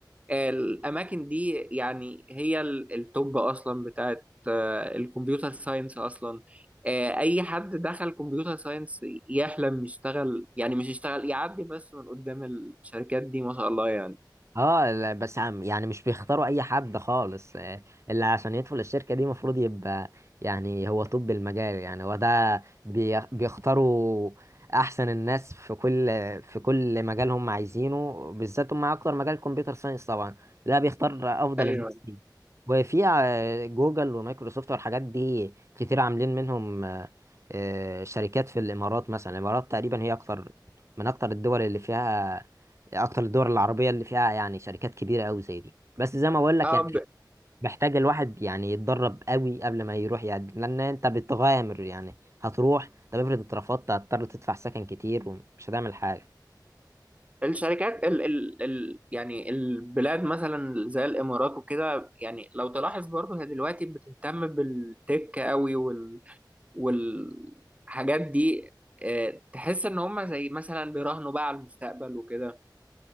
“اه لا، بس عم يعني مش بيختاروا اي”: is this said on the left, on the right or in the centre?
Right